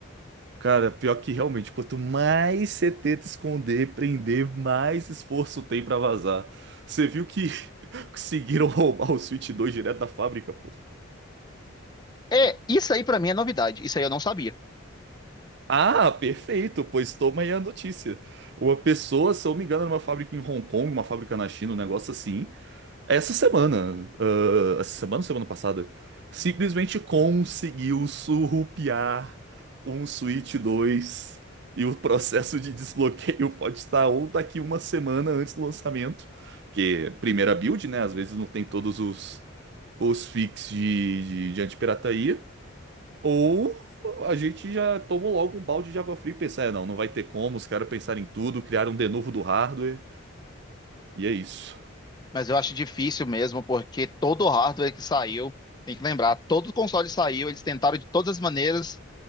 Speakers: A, on the right (about 55°); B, on the left (about 20°).
A: Cara, pior que realmente, quanto mais você tenta esconder, prender, mais esforço tem pra vazar. Você viu que <laughs> conseguiram roubar o Switch dois direto da fábrica, pô.
B: É, isso aí pra mim é novidade. Isso aí eu não sabia.
A: Ah, perfeito, pois toma aí a notícia. Uma pessoa, se eu não me engano, era uma fábrica em Hong Kong, uma fábrica na China, um negócio assim. Essa semana, ah, essa semana ou semana passada, simplesmente conseguiu surrupiar um Switch dois e o processo de desbloqueio pode estar ou daqui uma semana antes do lançamento, porque primeira build, né? Às vezes não tem todos os, os fix de, de, de antipirataria, ou a gente já tomou logo um balde de água fria e pensa, é, não, não vai ter como, os caras pensaram em tudo, criaram um de novo do hardware, e é isso.
B: mas eu acho difícil mesmo, porque todo o hardware que saiu, tem que lembrar, todo o console saiu, eles tentaram de todas as maneiras,